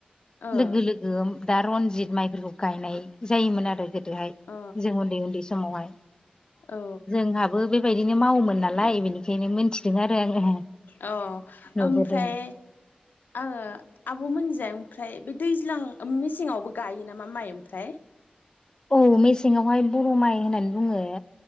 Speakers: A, on the left (about 85°); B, on the left (about 25°).
A: ओ अ
B: लोगो लोगो दा रनजित माइफोरखौ गायनाय जायोमोन आरो गोदोहाय
A: अ
B: जों उनदै उनदै समावहाय
A: औ
B: जोंहाबो बेबायदिनो मावोमोन नालाय बेनि बेखायनो मोनथिदों आरो आङो
A: अ
B: नुबोदों
A: ओमफ्राय आङो आब'मोनजों ओमफ्राय बे दैज्लां मेसेङावबो गायो नामा माइ ओमफ्राय
B: औ मेसेंयावहाय बर' माइ होननानै बुङो